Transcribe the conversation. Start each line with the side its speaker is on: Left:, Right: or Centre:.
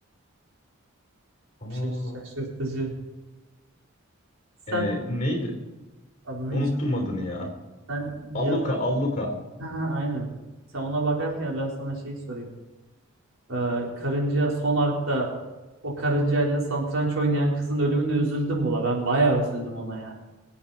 Left: Aa,
Right: Şaş- Şaşırtıcı. Sen
Left: e, neydi?
Right: adını
Left: Unuttum
Right: hiç
Left: adını ya.
Right: sen
Left: Alluka,
Right: bir yaz.
Left: Alluka.
Right: <laughs> aynen. Sen ona bakarken ben sana şeyi sorayım. Ee, karınca son arkta o karıncayla satranç oynayan kızın ölümüne üzüldüm ula. Ben bayağı üzüldüm ona ya.